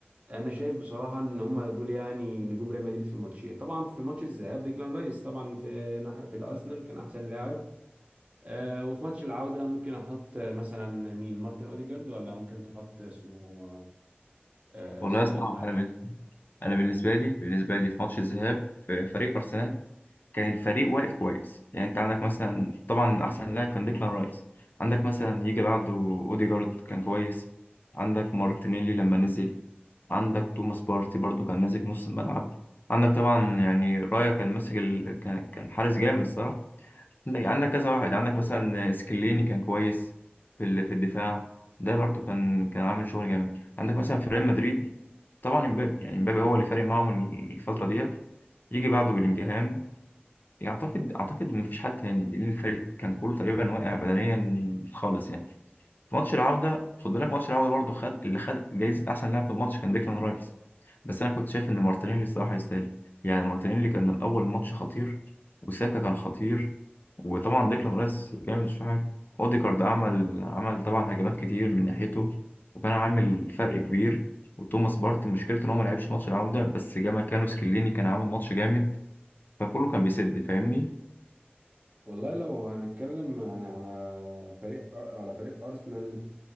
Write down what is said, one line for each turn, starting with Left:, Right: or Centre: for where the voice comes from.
Right: انا شايف بصراحه ان هم دول يعني نجوم ريال مدريد في الماتشين طبعا في ماتش الذهاب ديكلان رايس طبعا في ناح- في الارسنال كان احسن لاعب آه وفي ماتش العوده ممكن احط آه، مثلا مين مارتن اوديجارد ولا ممكن تحط اسمه آه
Left: والله
Right: اسمه
Left: يا اسطى
Right: ايه المهاجم
Left: انا بالنسبه انا بالنسبه لي بالنسبه لي في ماتش الذهاب في فريق ارسنال كان الفريق واقف كويس يعني انت عندك مثلا طبعا احسن لاعب كان ديكلان رايس عندك مثلا يجي بعده اوديجارد كان كويس عندك مارتينيلي لما نزل عندك توماس بارتي برضو كان ماسك نص الملعب عندك طبعا يعني رايا كان ماسك ال... كان كان حارس جامد الصراحه عندك عندك كذا واحد عندك مثلا سكليني كان كويس في ال- في الدفاع ده برضو كان كان عامل شغل جامد عندك مثلا في ريال مدريد طبعا امبابي يعني امبابي هو اللي فارق معاهم الفترة ديت يجي بعده بلينجهام اعتقد اعتقد مفيش حد تاني لان الفريق كان كله تقريبا واقع بدنيا خالص يعني في ماتش العودة خد بالك ماتش العودة برضه خد اللي خد جايزة أحسن لاعب في الماتش كان ديكلان رايس بس أنا كنت شايف إن مارتينيلي الصراحة يستاهل يعني مارتينيلي كان من أول ماتش خطير وساكا كان خطير وطبعا ديكلان رايس جامد مش في حاجة أوديجارد عمل عمل طبعا هجمات كتير من ناحيته وكان عامل فرق كبير وتوماس بارتي مشكلته إن هو ما لعبش ماتش العودة بس جه مكانه سكليني كان عامل ماتش جامد فكله كان بيسد فاهمني
Right: والله لو هنتكلم يعني على فريق أر- على فريق أرسنال